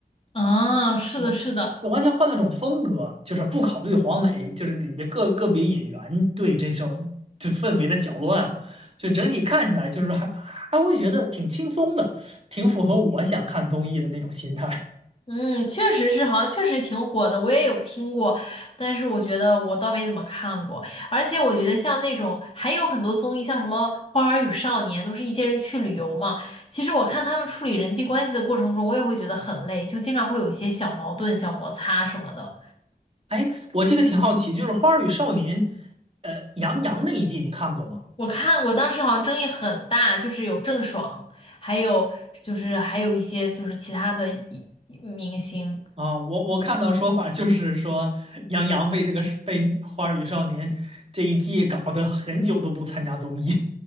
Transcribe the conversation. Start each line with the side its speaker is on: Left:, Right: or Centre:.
Left: 啊，是的，
Right: 我我完全换了种风格，
Left: 是的，
Right: 就是不考虑黄磊，就是里面个个别演员对这种就氛围的搅乱啊，就整体看起来就是还还会觉得挺轻松的，挺符合我想看综艺的那种心态。
Left: 嗯，确实是，好像确实挺火的，我也有听过，但是我觉得我倒没怎么看过，而且我觉得像那种还有很多综艺，像什么《花儿与少年》，都是一些人去旅游嘛，其实我看他们处理人际关系的过程中，我也会觉得很累，就经常会有一些小矛盾、小摩擦什么的。
Right: <laughs> 哎，我这个挺好奇，就是《花儿与少年》，呃，杨洋那一季你看过吗？
Left: 我看过，当时好像争议很大，就是有郑爽，还有就是还有一些就是其他的一明星。
Right: 啊，我我看到说法就是说，杨洋被这个被《花儿与少年》这一季搞得很久都不参加综艺。